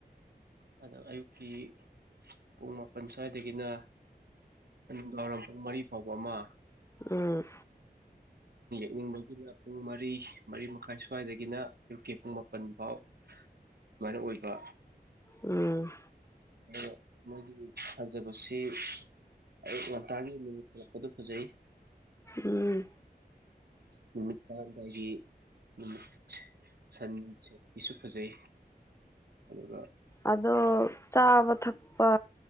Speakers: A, on the right; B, on the left.
A: ꯑꯗꯣ ꯑꯌꯨꯛꯀꯤ ꯄꯨꯡ ꯃꯥꯄꯜ ꯁ꯭ꯋꯥꯏꯗꯒꯤꯅ ꯅꯨꯗꯥꯡꯋꯥꯏꯔꯝ ꯄꯨꯡ ꯃꯔꯤ ꯐꯥꯎꯕ ꯑꯃ
B: ꯎꯝ
A: ꯅꯤꯡꯕꯒꯤꯅ ꯄꯨꯡ ꯃꯔꯤ ꯃꯔꯤ ꯃꯈꯥꯏ ꯁ꯭ꯋꯥꯏꯗꯒꯤꯅ ꯑꯌꯨꯛꯀꯤ ꯄꯨꯡ ꯃꯥꯄꯟ ꯐꯥꯎ ꯑꯗꯨꯃꯥꯏꯨ ꯑꯣꯏꯕ
B: ꯎꯝ
A: ꯑꯩꯅ ꯃꯣꯏꯒꯤ ꯐꯖꯕꯁꯤ ꯑꯌ ꯉꯟꯇꯥꯒꯤꯂꯛꯄꯗꯣ ꯐꯖꯩ
B: ꯎꯝ
A: ꯅꯨꯃꯤꯠ ꯇꯗꯥꯏꯒꯤ ꯅꯨꯃꯤꯠ ꯁꯟ ꯁꯦꯄꯤꯁꯨ ꯐꯖꯩ ꯑꯗꯨꯒ
B: ꯑꯗꯣ ꯆꯥꯕ ꯊꯛꯄ